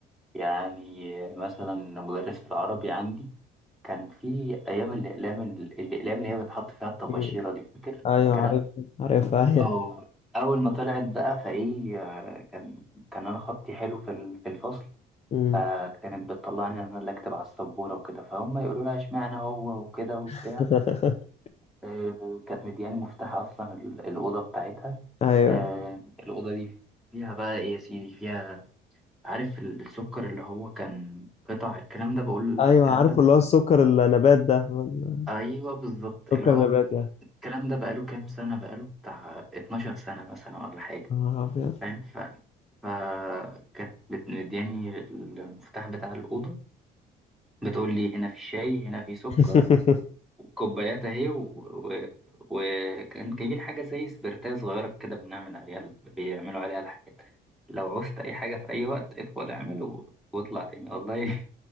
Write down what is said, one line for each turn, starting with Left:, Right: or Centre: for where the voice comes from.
Centre: يعني آه، مثلا مدرس العربي عندي كان في ايام الاقلام ال- الاقلام اللي هي بتحط فيها الطباشيره
Left: مم.
Centre: دي فاكر
Left: أيوه
Centre: فاكرها
Left: عارف عارف أيوه
Centre: اه اول ما طلعت بقى فايه آه، كان كان انا خطي حلو في ال- في الفصل
Left: مم.
Centre: فكانت بتطلعني أنا اللي أكتب على السبورة وكده فهم يقولوا لها إشمعنى هو وكده وبتاع
Left: <laughs>
Centre: آه، كانت مدياني مفتاح أصلا ال- الأوضة بتاعتها
Left: ايوه
Centre: آه، الأوضة دي فيها بقى إيه يا سيدي فيها عارف ال- السكر اللي هو كان قطع الكلام ده بقول
Left: ايوه
Centre: الكلام
Left: عارف
Centre: ده
Left: اللي هو السكر النبات ده ولا
Centre: أيوه بالظبط اللي
Left: سكر
Centre: هو
Left: نبات يعني
Centre: الكلام ده بقاله كام سنة بقاله بتاع 12 سنة مثلا ولا حاجة
Left: يا نهار أبيض.
Centre: فاهم ف... فكانت بت- مدياني المفتاح بتاع الأوضة بتقول لي هنا في شاي هنا في سكر
Left: <laughs>
Centre: كوبايات اهي وكان و... و... وكان جايبين حاجة زي سبرتاية صغيرة كده بنعمل عليها ال- بيعملوا عليها الحاجات لو عوزت أي حاجة في أي وقت ادخل اعمل و... واطلع تاني والله